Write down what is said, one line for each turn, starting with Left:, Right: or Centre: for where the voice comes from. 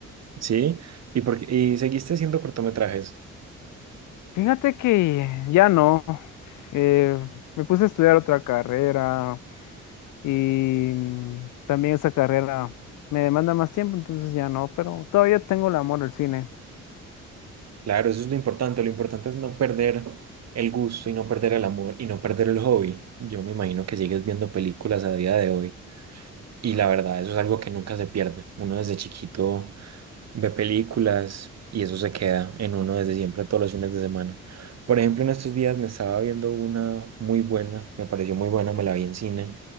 Right: ¿sí? ¿Y, por qué- y seguiste haciendo cortometrajes?
Left: Fíjate que ya no. Eh, me puse a estudiar otra carrera y mm, también esa carrera me demanda más tiempo, entonces ya no, pero todavía tengo el amor al cine.
Right: Claro, eso es lo importante, lo importante es no perder el gusto y no perder el amor y no perder el hobby. Yo me imagino que sigues viendo películas a día de hoy y la verdad, eso es algo que nunca se pierde. Uno desde chiquito ve películas y eso se queda en uno desde siempre, todos los fines de semana. Por ejemplo, en estos días me estaba viendo una muy buena, me pareció muy buena, me la vi en cine,